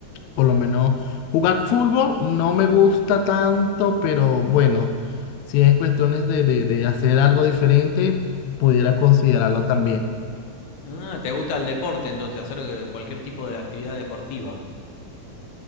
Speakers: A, on the left (about 85°); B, on the left (about 60°).
A: por lo menos jugar fútbol no me gusta tanto, pero bueno, si es cuestiones de, de- de hacer algo diferente, pudiera considerarlo también.
B: Ah, te gusta el deporte, entonces, hacer eh, cualquier tipo de actividad deportiva,